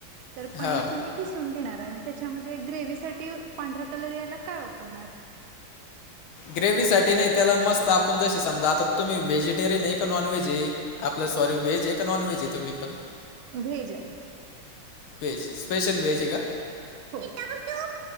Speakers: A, on the right; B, on the left.
A: तर पनीर
B: हां
A: तुम्ही खिसून घेणार आणि त्याच्यामध्ये ग्रेव्हीसाठी पांढरा कलर यायला काय वापरणार?
B: ग्रेवहीसाठी नाही त्याला मस्त आपण जशी समजा आता तुम्ही व्हेजिटेरियन आहे का नॉन व्हेज आहे? आपलं सॉरी व्हेज आहे का नॉन व्हेज आहे तुम्ही पण?
A: व्हेज आहे.
B: वेज स्पेशल व्हेज आहे का?
A: गीता बोलतो.